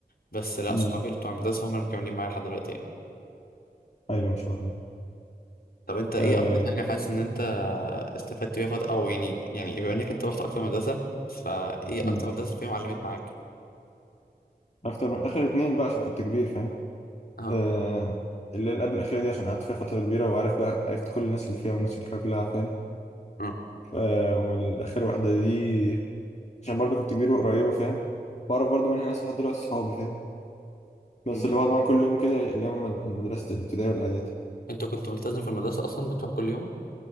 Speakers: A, on the left; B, on the left.
A: بس لا
B: امم
A: صحابي اللي بتوع المدرسة هم اللي مكملين معايا لحد دلوقتي يعني
B: أيوة ما شاء الله
A: طب انت ايه
B: آه
A: اكتر حاجة حاسس ان انت استفدت بيها فترة او يعني يعني بما انك انت رحت اكتر مدرسة فايه
B: امم
A: اكتر مدرسة فيهم علمت معاك؟
B: أكتر آخر اتنين بقى عشان كنت كبير فاهم
A: اه
B: آه الليلة قبل الأخيرة دي عشان قعدت فيها فترة كبيرة وعارف بقى عرفت كل الناس اللي فيها والناس اللي فيها كلها عارفاني
A: اه
B: آه والاخر واحده دي عشان برضو كنت كبير وقريبه فاهم واعرف برضو منها ناس لحد دلوقتي صحابي فاهم بس
A: م.
B: اللي بقعد معاهم كل يوم كده اللي هم مد- من مدرسه الابتدائي والاعدادي
A: انت كنت ملتزم في المدرسة اصلا بتروح كل يوم؟